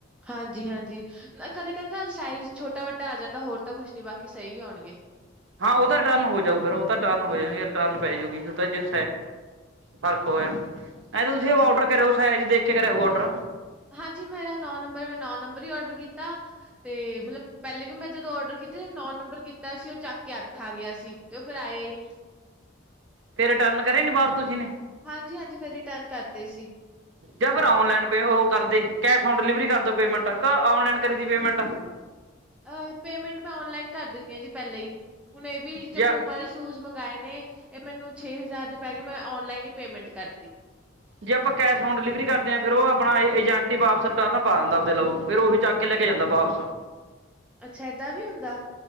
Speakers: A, in the centre; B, on the right.
A: ਹਾਂਜੀ, ਹਾਂਜੀ ਨਾ ਕਦੇ - ਕਦੇ ਨਾ ਸਾਈਜ਼ ਛੋਟਾ ਵੱਡਾ ਆ ਜਾਂਦਾ, ਹੋਰ ਤਾਂ ਕੁਛ ਨਹੀਂ ਬਾਕੀ ਸਹੀ ਆਉਣਗੇ।
B: ਹਾਂ ਉਹ ਤਾਂ ਰਿਟਰਨ ਹੋ ਜਾਊ, ਫਿਰ ਰਿਟਰਨ ਹੋਜੇਗੀ, ਰਿਟਰਨ ਪੈ ਜਾਊਗੀ ਤਾਂ ਜਿਸ ਫਰਕ ਹੋਏ ਨਹੀਂ ਤਾਂ ਤੁਸੀਂ
A: ਹਾਂਜੀ
B: ਔਡਰ
A: ਹਾਂਜੀ
B: ਕਰਿਓ, ਸੈਜ ਦੇਖ ਕੇ ਕਰਿਓ ਹ ਔਡਰ।
A: ਹਾਂਜੀ, ਮੇਰਾ ਨੌ ਨੰਬਰ, ਮੈਂ ਨੌ ਨੰਬਰ ਹੀ ਔਡਰ ਕੀਤਾ ਤੇ ਮਲਬ ਪਹਿਲੇ ਵੀ ਮੈਂ ਜਦੋਂ ਔਡਰ ਕੀਤਾ ਨੌ ਨੰਬਰ ਕੀਤਾ ਸੀ, ਉਹ ਚੱਕ ਕੇ ਅੱਠ ਆ ਗਿਆ ਸੀ ਤੇ ਉਹ ਫਿਰ ਆਇਆ ਨੀ।
B: ਫੇਰ ਰਿਟਰਨ ਕਰੇ ਨੇ ਵਾਪਸ ਕੂਛ ਨੀ।
A: ਹਾਂਜੀ-ਹਾਂਜੀ ਫੇਰ ਰਿਟਰਨ ਕਰਤੇ ਸੀ।
B: ਜਾਂ ਫੇਰ ਔਨਲਾਈਨ ਪੇ ਉ ਕਰਦੇ ਕੈਸ਼ ਓਨ ਡਿਲੀਵਰੀ ਕਰ ਦੋ ਪੇਮੈਂਟ ਕੇ ਔਨਲਾਈਨ ਕਰੀ ਦੀ ਪੇਮੈਂਟ।
A: ਅ ਪੇਮੈਂਟ ਮੈਂ ਓਨਲਾਈਨ ਕਰ ਦਿੰਦੀ ਆਂ ਜੀ ਪੈਲਾਂ ਈ ਹੁਨ ਏ ਵੀ ਜੋ
B: ਜਾਂ
A: ਪੂਮਾ ਦੇ ਸ਼ੂਜ ਮੰਗਵਾਏ ਨੇ ਏ ਮੈਨੂੰ ਛੇ ਹਜ਼ਾਰ ਦੇ ਪੈਗੇ ਮੈਂ ਔਨਲਾਈਨ ਈ ਪੇਮੈਂਟ ਕਰ
B: ਜੇ ਆਪਾਂ ਕੈਸ਼ ਓਨ ਡਿਲੀਵਰੀ ਕਰਦੇ ਆਂ ਫੇਰ ਉ ਆਪਨਾ ਏਜੰਟ ਈ ਵਾਪਸ ਰਿਟਰਨਾ ਪਾ ਦਿੰਦਾ ਲਵੋ ਫੇਰ ਉਹੀ ਚੱਕ ਅਗੇ ਲੇਕੇ ਜਾਂਦਾ ਵਾਪਸ,
A: ਅੱਛਾ ਏਦਾਂ ਵੀ ਹੁੰਦਾ।